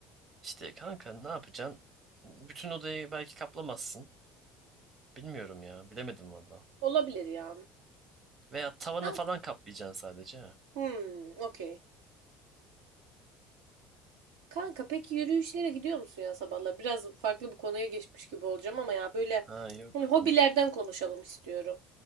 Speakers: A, on the right; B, on the right.
A: İşte kanka ne yapacaksın? Bütün odayı belki kaplamazsın. Bilmiyorum ya. Bilemedim valla.
B: Olabilir yani.
A: Veya tavanı
B: Kanka,
A: falan kaplayacaksın sadece. Ha,
B: hmm, okey. Kanka peki yürüyüşlere gidiyor musun ya sabahlar? Biraz farklı bir konuya geçmiş gibi olacağım ama ya böyle
A: ha yok.
B: hani hobilerden konuşalım istiyorum.